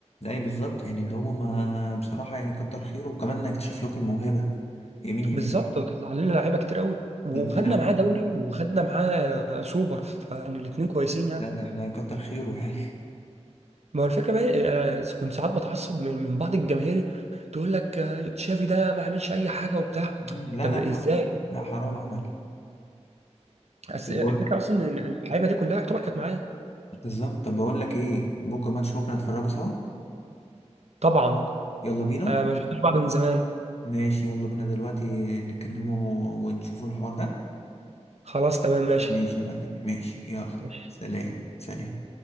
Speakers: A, on the left; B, on the right.
A: اي بالظبط يعني اللي هو ما بصراحه يعني كتر خيره وكمان انك اكتشف لكم الموهبه يمين يمين
B: بالظبط وطلع لنا لعيبه كتير قوي وخدنا
A: ده انت لا وكمان
B: معاه دوري
A: مم.
B: وخدنا معاه سوبر فيعني الاثنين كويسين يعني
A: لا ده احنا كتر خيره يعني
B: ما هو الفكره بقى إيه، انا كنت ساعات بتعصب من من بعض الجماهير تقول لك آه، تشافي ده ما عملش اي حاجه وبتاع
A: مم. لا
B: طب
A: لا
B: ازاي
A: عمل لا حرام عمل
B: بس
A: طب
B: الفكره
A: بقول لك
B: اصلا ان اللعيبه دي كلها يعتبر كانت معاه
A: بالظبط طب بقول لك ايه بكره ماتش بكره نتفرجوا سوا
B: طبعا
A: يلا بينا
B: آه ما شفتوش بعض من زمان
A: ماشي يلا بينا دلوقتي نتكلموا ونشوفوا الحوار ده
B: خلاص تمام ماشي
A: ماشي يا معلم ماشي يلا
B: ماشي
A: سلام سلام